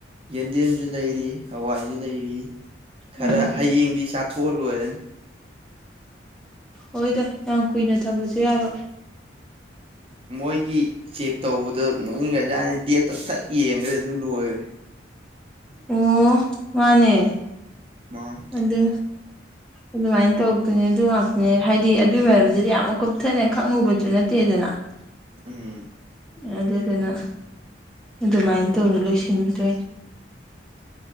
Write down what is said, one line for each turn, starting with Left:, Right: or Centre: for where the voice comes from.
Right: ꯌꯦꯟꯗꯦꯝꯖꯨ ꯂꯩꯔꯤ ꯍꯋꯥꯏꯖꯨ ꯂꯩꯔꯤ ꯈꯔ
Centre: ꯎꯝ
Right: ꯍꯌꯦꯡꯗꯤ ꯆꯥꯛ ꯊꯣ ꯂꯣꯏꯔꯅꯤ
Centre: ꯍꯣꯏꯗ ꯌꯥꯝ ꯀꯨꯏꯅ ꯊꯝꯕꯖꯨ ꯌꯥꯔꯣꯏ
Right: ꯎꯝ ꯃꯣꯏꯒꯤ ꯆꯦꯛ ꯇꯧꯕꯗꯣ ꯅꯣꯛꯅꯤꯡꯒꯖꯥꯠꯅꯤ ꯗꯦꯠꯇꯣ ꯊꯛ ꯌꯦꯡꯒ꯭ꯔꯦ ꯑꯗꯨꯝ ꯂꯣꯏꯒ꯭ꯔꯦ
Centre: ꯑꯣ ꯃꯥꯅꯦ
Right: ꯃꯥ
Centre: ꯑꯗꯨ ꯑꯗꯨꯃꯥꯏ ꯇꯧꯔꯛꯇꯣꯏꯅꯦ ꯑꯗꯨ ꯉꯥꯛꯇꯅꯦ ꯍꯥꯏꯗꯤ ꯑꯗꯨꯏ ꯃꯔꯝꯗꯗꯤ ꯌꯥꯝ ꯀꯨꯞꯊꯅ ꯈꯪꯉꯨꯕꯖꯨ ꯅꯠꯇꯦꯗꯅ <inaudible>
Right: ꯎꯝ
Centre: ꯑꯗꯨꯗꯨꯅ ꯑꯗꯨꯃꯥꯏꯅ ꯇꯧꯔ ꯂꯣꯏꯁꯤꯟꯕꯤꯗꯣꯏꯅꯦ